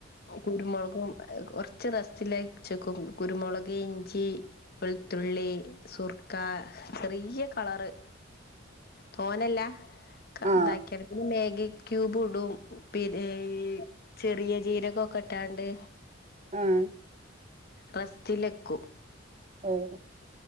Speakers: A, on the left; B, on the right.
A: കുരുമൊൾകും കൊർ ച്ച് റെസ്റ്റിലെച്ചേക്കും കുരുമുളക്, ഇഞ്ചി, വെൾത്തുള്ളി സുർക്ക ചെറിയ്യ കളറ് തോനല്ല ക
B: ആ ആ
A: താക്യാണ്ട് പിന്നെ മേഗി ക്യൂബ് ഇടും പിന്ന ഈ ചെറിയ ജീരകൊക്കെട്ടാണ്ട്
B: ആഹ്.
A: റസ്റ്റിലെക്കും.
B: <unintelligible>